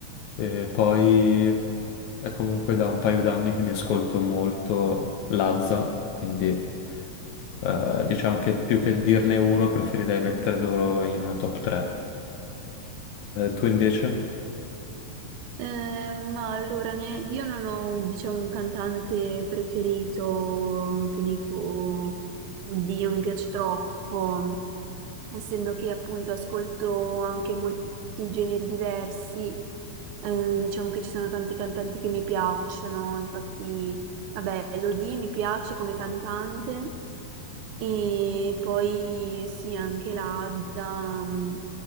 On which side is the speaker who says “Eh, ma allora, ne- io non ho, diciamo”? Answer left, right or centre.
Right